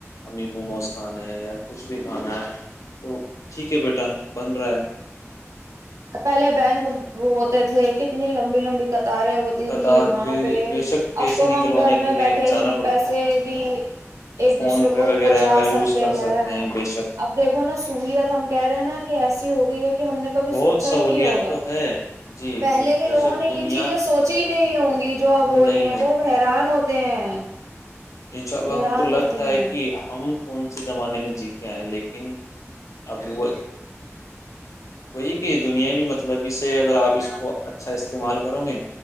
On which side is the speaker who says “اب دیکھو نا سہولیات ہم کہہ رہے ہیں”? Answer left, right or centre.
Right